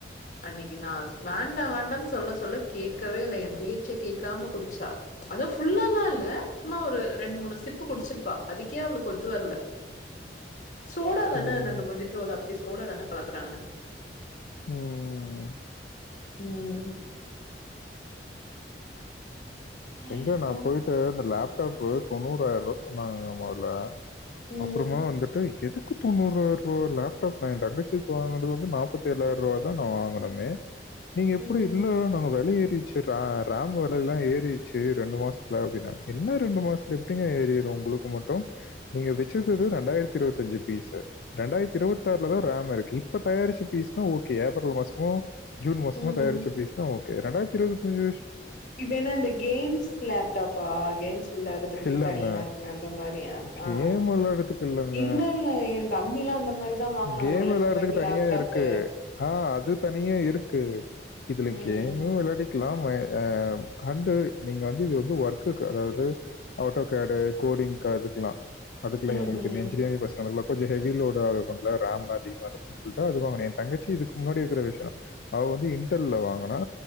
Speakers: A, on the left (about 45°); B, on the left (about 60°).
A: அன்னைக்கு நா வேண்டா வேண்டானு சொல்ல சொல்ல கேட்கவே இல்ல எ பேச்ச கேட்காம குடிச்சா அதுவு ஃபுல்லால்லா இல்ல சும்மா ஒரு ரெண்டு மூணு சிப்பு குடிச்சிருப்பா அதுக்கே அவளுக்கொத்து வரல சோடாதான
B: ம்
A: அந்த அந்த மொஜிட்டோல அப்டியே சோடாதான கலக்குறாங்க
B: ம்
A: ம்
B: எங்க
A: ஐயோ!
B: நா போய்ட்டு இந்த லேப் டாப் தொண்ணூறாயிரோ ரூபா சொன்னாங்கங்க முதல
A: ம்
B: அப்றமா வந்துட்டு எதுக் கு தொண்ணூறாயிர ரூபா லேப்டாப் நா ஏ தங்கச்சிக் வாங்குனது வந்து நாப்பத்தி ஏழாயிர ரூபா தா நா வாங்கினனே நீங்க எப்டி
A: ம்
B: இல்ல நாங்க வெல ஏறிச்சு ர ராம் வெல எல்லா ஏறிச்சு ரெண்டு மாசத்துல அப்டினாங்க என்ன ரெண்டு மாசத்துல எப்டிங்க ஏறிறு உங்களுக் மட்டு நீங்க வச்சிருக்கறது ரெண்டாயிரத்தி இருபத்தி அஞ்சு பிஸு ரெண்டாயிரத்தி இருபத்தாறுலதா ரமிருக்கு இப்ப தயாரிச்ச பீஸ்னா ஓகே ஏப்ரல் மாசமோ ஜூன் மாசமோ
A: ம்
B: தயாரிச்ச பீஸ்னா ஓகே ரெண்டாயிரத்தி இருபத்தஞ்சு
A: இது என்ன இந்த கேம்ஸ் லேப்டாப்பா கேம்ஸ் விளையாடுறதுக்குனே
B: "இல்லங்க.
A: தனியா இருக்குமே அந்த மாரியா ஆ
B: கேம் விளையாடுறதுக்கு இல்லங்க.
A: இல்லல்ல என் தம்பிலா அந்த மாரிதா வாங்குனா
B: கேம்
A: ஒரு லட்ச
B: விளையாடுறதுக்கு
A: ரூபாய்க்கு லேப்டாப்பு
B: தனியா இருக்கு." ஆ அது தனியா இருக்கு இதுல
A: ம்
B: கேமு விளையாடி இருக்லாம் அ ஹண்டு நீங்க வந்து இது வந்து ஒர்க்குக்கு அதாவது ஆட்டோகேடு கோடிங் கதுக்கலாம் அதுகுல்லயு
A: ம்
B: உங்களுக்கு
A: ம்ஹும்
B: இந்த என்ஜினேரிங் பசங்களுக்குல கொஞ்சோ ஹெவி லோடு ஆகும்போதுல ரம் அதிகமா இருக்குன்னு சொல்ட்டு அது வாங்குனேன் தங்கச்சி இதுக்கு முன்னாடி இருக்கிற வெர்ஷனு அவ வந்து இன்டெல்ல வாங்குனா